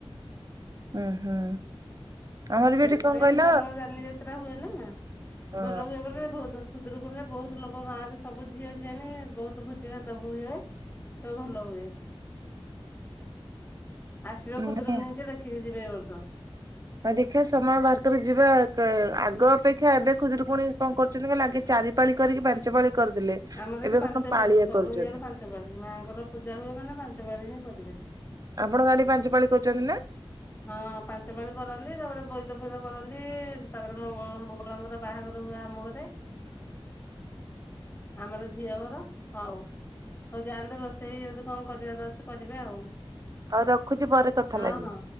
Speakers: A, on the right (about 40°); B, on the left (about 20°).
A: ଉଁ ହୁଁ। ଆମର
B: ସେଥିପାଇଁ
A: ବି ଏଠି କଣ କହିଲ
B: ଭଲ ଯାନିଯାତ୍ରା ହୁଏନା,
A: ଅ
B: ଭଲ ହୁଏ ବୋଲି ବହୁତ। ଖୁଦୁରୁକୁଣୀ ରେ ବହୁତ ଲୋକ ଗାଁରେ ସବୁ ଝିଅଝିଆଣୀ ବହୁତ ଭୋଜି ଭାତ ବି ହୁଏ। ସବୁ ଭଲ ହୁଏ। ଆସିବେ
A: ମାନେ
B: ଖୁଦୁରୁକୁଣୀ ଯେ ଦେଖିକି ଯିବେ ଏ ବର୍ଷ।
A: ହଉ ଦେଖିବା, ସମୟ ବାହାର କରି ଯିବା, କା ଆଗ ଅପେକ୍ଷା ଏବେ ଖୁଦୁରୁକୁଣୀ କଣ କରୁଛନ୍ତି କହିଲ, ଆଗେ। ଚାରିପାଳି କରିକି ପାଞ୍ଚପାଳି କରିଦେଲେ।
B: ଆମର ଏଠି
A: ଏବେ
B: ପାଞ୍ଚପାଳି
A: କଣ ପାଳିଆ
B: ସବୁ
A: କରୁଛନ୍ତି
B: ଇଏରେ ପାଞ୍ଚପାଳି, ମାଆଙ୍କର ପୂଜା ହୁଏ ମାନେ ପାଞ୍ଚପାଳି ହିଁ କରିବେ।
A: ଆପଣ ଆଡ଼େ ପାଞ୍ଚପାାଳି କରୁଛନ୍ତି ନା?
B: ହଁ ପାଞ୍ଚପାଳି କରନ୍ତି, ତାପରେ ବୋଇତଫୋଇତ କରନ୍ତି, ତାପରେ ମଙ୍ଗମଙ୍ଗଳାଙ୍କର ବାହାଘର ହୁଏ ଆମଘରେ, ଆମର ଝିଅଘର, ହଉ ହଉ ଯାଆନ୍ତୁ। ରୋଷେଇ ଯଦି କଣ କରିବାର ଅଛି କରିବେ ଆଉ
A: ହଁ ରଖୁଛି ପରେ କଥା
B: ହଁ
A: ଲାଗିବି।
B: ହଁ।